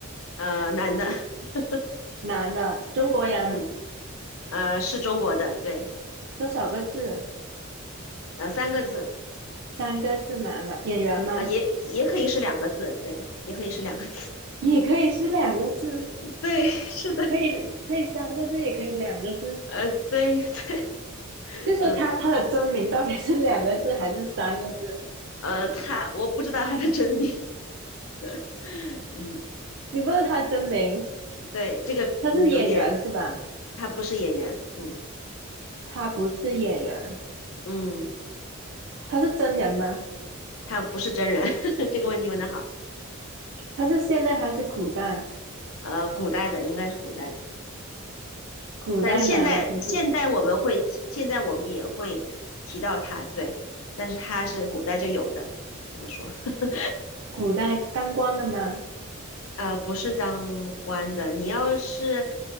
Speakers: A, on the left; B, on the right.
A: 呃，男的，<laughs>
B: 男的，中国人，
A: 嗯，呃，是中国的，对，
B: 多少个字？
A: 呃，三个字，
B: 三个字，男的，演员吗？
A: 呃，也也可以是两个字，对，也可以是两个字，
B: 也可以是两个字，
A: <laughs> 对，是的。
B: 可以可以三个字，也可以两个字。
A: 呃，对 <laughs> 对，
B: 就说他他的真名到底是两个字还是三个字？
A: 嗯呃，他我不知道他的真名，<laughs> 嗯，
B: 你问他真名，
A: 对，这个嗯有点，
B: 他是演员是吧？
A: 他不是演员，嗯
B: 他不是演员，
A: 嗯，
B: 他是真人吗？
A: 他不是真人，<laughs> 这个问题问得好，
B: 他是现代还是古代？
A: 呃，古代的应该是古代的，
B: 古代哪的不是
A: 但现代现代我们会现在我们也会提到他，对，但是他是古代就有的，怎么说？<laughs>
B: 古代当官的吗？
A: 呃，不是当官的，你要是